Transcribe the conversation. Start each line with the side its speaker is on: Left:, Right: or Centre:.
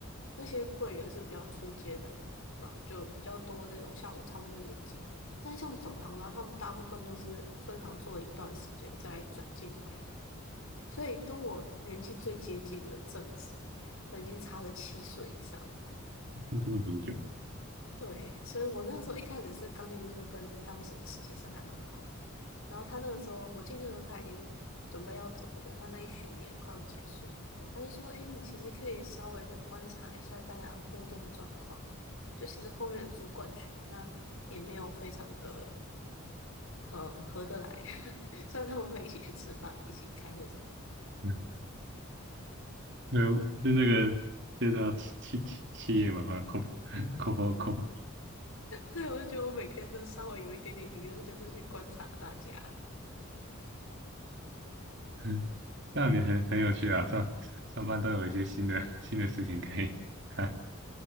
Left: 那些柜员是比较出街的嘛，就比较多那种像我差不多年纪的。但是像总行的话，他们大部分都是分行做了一段时间再转进来，所以跟我年纪最接近的正职，可能已经差了七岁以上。
Right: 那真的很久。
Left: 对，所以我那个时候一开始是刚进去的时候，跟当时的实习生还蛮好的。然后他那个时候我进去的时候，他已经准备要走了，就是他那一学年快要结束，他就说：“哎，你其实可以稍微的观察一下大家的互动状况。就其实后面的主管群好像也没有非常的嗯合得来，<laughs> 虽然他们会一起去吃饭、一起开会什么的。
Right: 嗯，呃，就那个，这叫企企企企业文化 corp corp <laughs> corp，
Left: 对，我就觉得我每天都稍微有一点点娱乐，就是去观察大家，
Right: 嗯，那你很很有趣啊，上上班都有一些新的新的事情可以看。